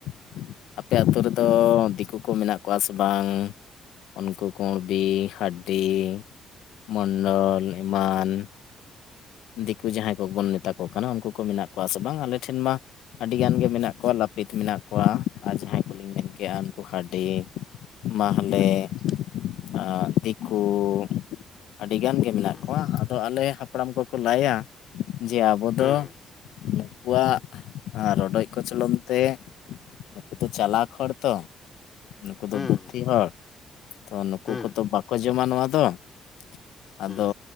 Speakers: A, on the left; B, on the left.
A: ᱾ ᱟᱯᱮ ᱟᱹᱛᱩ ᱨᱮᱫᱚ
B: ᱦᱩᱸ
A: ᱫᱤᱠᱩ ᱠᱩ ᱢᱮᱱᱟᱜ ᱠᱚᱣᱟ ᱥᱮ ᱵᱟᱝ ᱩᱱᱠᱩ ᱠᱩᱬᱵᱤ ᱦᱟᱰᱰᱤ ᱢᱚᱱᱰᱚᱞ ᱮᱢᱟᱱ ᱫᱤᱠᱩ ᱡᱟᱦᱟᱸᱭ ᱠᱚ ᱵᱚᱱ ᱢᱮᱛᱟ ᱠᱚ ᱠᱟᱱᱟ ᱩᱱᱠᱩ ᱠᱚ ᱢᱮᱱᱟᱜ ᱠᱚᱣᱟ ᱥᱮ ᱵᱟᱝ ᱟᱞᱮ ᱴᱷᱮᱱ ᱢᱟ ᱟᱹᱰᱤᱜᱟᱱ ᱜᱮ ᱢᱮᱱᱟᱜ ᱠᱚᱣᱟ ᱞᱟᱹᱯᱤᱛ ᱢᱮᱱᱟᱜ ᱠᱚᱣᱟ ᱟᱨ ᱡᱟᱦᱟᱸᱭ ᱠᱚᱞᱤᱧ ᱢᱮᱱ ᱠᱮᱜᱼᱟ ᱩᱱᱠᱩ ᱦᱟᱹᱰᱤ ᱢᱟᱦᱞᱮ
B: ᱟᱪᱪᱷᱟ ᱟᱪᱪᱷᱟ
A: ᱟᱨ ᱫᱤᱠᱩ
B: ᱚ
A: ᱟᱹᱰᱤ ᱜᱟᱱ ᱜᱮ ᱢᱮᱱᱟᱜ
B: ᱦᱩᱸ
A: ᱠᱚᱣᱟ ᱟᱫᱚ ᱟᱞᱮ ᱦᱟᱯᱲᱟᱢ ᱠᱚ ᱠᱚ ᱞᱟᱹᱭᱟ ᱡᱮ ᱟᱵᱚ
B: ᱦᱩᱸ
A: ᱫᱚ ᱱᱩᱠᱩᱣᱟᱜ ᱨᱚᱰᱚᱡ ᱠᱚᱪᱞᱚᱱ ᱛᱮ ᱱᱩᱠᱩ ᱫᱚ ᱪᱟᱞᱟᱠ ᱦᱚᱲ ᱛᱚ ᱱᱩᱠᱩ ᱫᱚ
B: ᱦᱩᱸ
A: ᱵᱩᱫᱽᱫᱷᱤ
B: ᱦᱩᱸ
A: ᱦᱚᱲ ᱛᱚ ᱱᱩᱠᱩ
B: ᱦᱩᱸ
A: ᱠᱚᱫᱚ ᱵᱟᱠᱚ ᱡᱚᱢᱟ ᱱᱚᱣᱟ ᱫᱚ ᱾ ᱟᱫᱚ
B: ᱦᱩᱸ